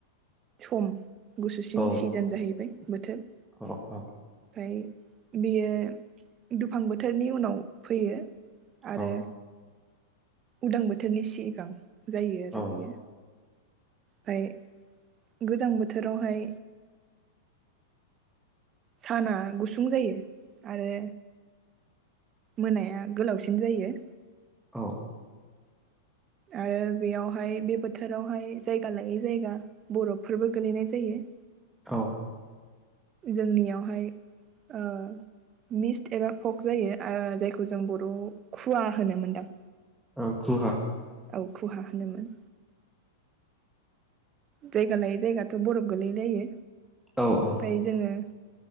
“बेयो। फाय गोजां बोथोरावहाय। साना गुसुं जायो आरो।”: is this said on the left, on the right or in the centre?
Right